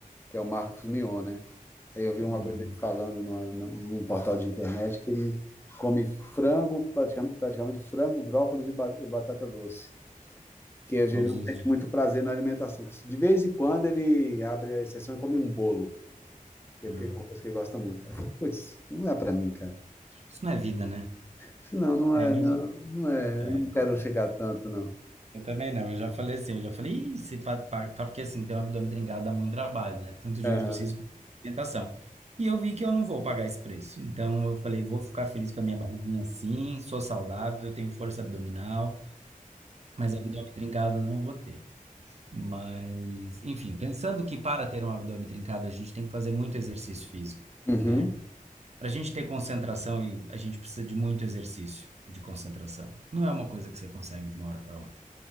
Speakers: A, on the left; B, on the right.
A: que é o Marcos Mion, né? Aí eu vi uma
B: Uhum.
A: coisa ele falando numa- num portal de internet que ele come frango, praticamente, praticamente frango, brócolis e, ba- e batata doce, que ele
B: Todos
A: não
B: os
A: sente
B: dias.
A: muito prazer na alimentação. De vez em quando ele abre a exceção e come um bolo, que
B: Uhum.
A: é o que- uma coisa que ele gosta muito. Aí eu falo, putz, não é para mim, cara.
B: Isso não é vida, né?
A: Senão, não
B: É,
A: é,
B: mas
A: não, não é,
B: é,
A: não quero chegar tanto, não.
B: eu também não. Eu já falei assim, eu já falei, "Ih, se pa- pa- pa-" porque assim, ter um abdômen trincado dá muito trabalho, né? Tanto
A: Aham.
B: de exercício quanto de alimentação. E eu vi que eu não vou pagar esse preço. Então eu falei, vou ficar feliz com a minha barriguinha assim, sou saudável, tenho força abdominal. mas abdômen trincado não vou ter. Mas, enfim, pensando que para ter um abdômen trincado a gente tem que fazer muito exercício físico,
A: Uhum.
B: né? Para a gente ter concentração, e a gente precisa de muito exercício de concentração. Não é uma coisa que você consegue de uma hora para outra,